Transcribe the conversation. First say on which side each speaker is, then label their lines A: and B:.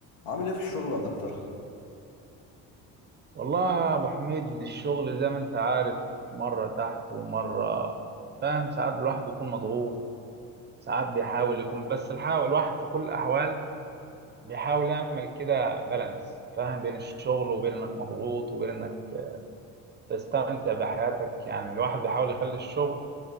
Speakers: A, on the left; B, on the right.
A: عامل ايه في الشغل يا دكتور؟
B: والله يا ابو حميد الشغل زي ما انت عارف مره تحت ومره فاهم ساعات الواحد بيكون مضغوط ساعات بيحاول يكون بس الحاول الواحد في كل الاحوال بيحاول يعمل كده بالانس فاهم بين الشغل وبين انك مضغوط وبين انك تستمتع بحياتك يعني الواحد بيحاول يخلي الشغل